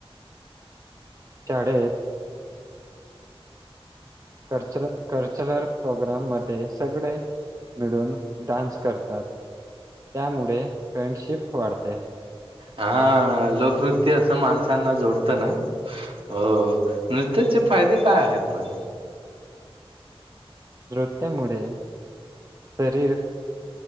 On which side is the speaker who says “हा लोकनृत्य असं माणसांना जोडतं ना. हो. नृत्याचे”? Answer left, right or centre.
Right